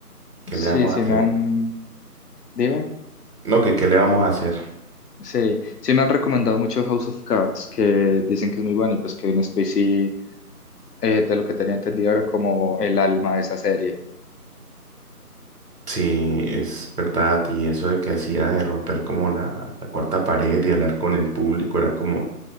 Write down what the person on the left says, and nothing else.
sí,
sí
me han, dime.
Sí, sí me han recomendado mucho House of Cards, que dicen que es muy bueno y pues Kevin Spacey eh, de lo que tenía entendido era como el alma de esa serie.